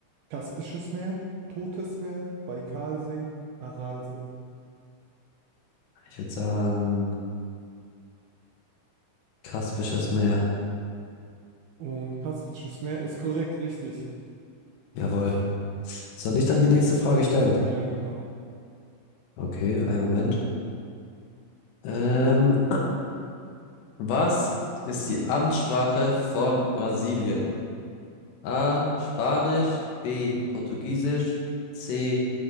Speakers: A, on the right; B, on the left.
A: Kaspisches Meer, Totes Meer, Baikalsee, Aralsee.
B: Ich würde sagen, Kaspisches Meer.
A: Und Kaspisches Meer ist korrekt, richtig.
B: Jawohl. Soll ich dann die nächste Frage stellen?
A: Ja, genau.
B: Okay, einen Moment. Ähm, was ist die Amtssprache von Brasilien? A. Spanisch, B. Portugiesisch, C.